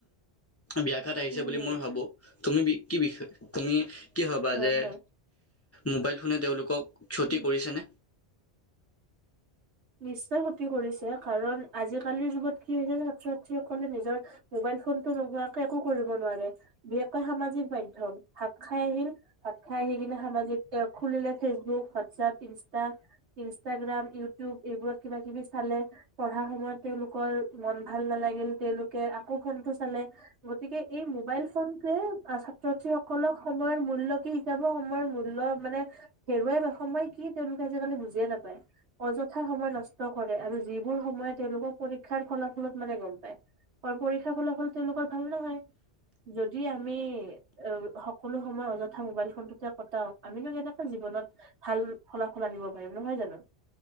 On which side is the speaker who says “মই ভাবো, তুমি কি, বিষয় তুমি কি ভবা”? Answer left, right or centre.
Left